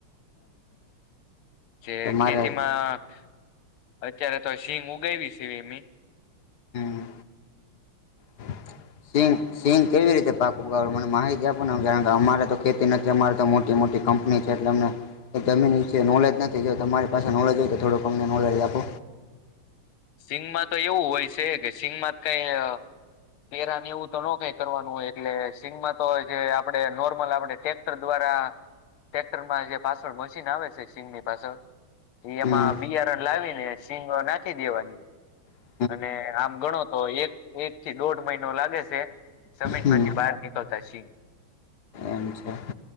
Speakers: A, on the left; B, on the left.
A: જે
B: તો મારે
A: ખેતીમાં અત્યારે તો શિંગ ઉગાવવી સે અમે
B: હમ <unintelligible> સિંગ સિંગ કેવી રીતે પાક ઉગાડે મને માહિતી આપોને કારણ કે અમારે તો ખેતી નથી અમારે તો મોટી મોટી કંપની છે એટલે અમને એક જમીન ય છેે નોલેજ નથી જો તમારી પાસે નોલેજ હોય તો થોડુંક અમને નોલેજ આપો
A: સિંગમાં તો એવું હોય છે કે સિંગ માં કઈ તેરા ને એવું તો ન કઈ કરવાનું હોય એટલે સિંગમાં તો જે આપડે નોર્મલ આપડે ટ્રેક્ટર દ્વારા ટેક્ટરમાં જે પાછળ મશીન આવે છે સિંગની પાછળ
B: હમ
A: એમાં બિયારણ લાવી ને શીંગો નાખી દેવાની
B: હ <unintelligible>
A: અને આમ ગણો તો એક એક થી દોઢ મહિનો લાગે છે. જમીનમાંથી
B: હમ
A: બહાર નીકળતા સિંગ
B: એમ છે.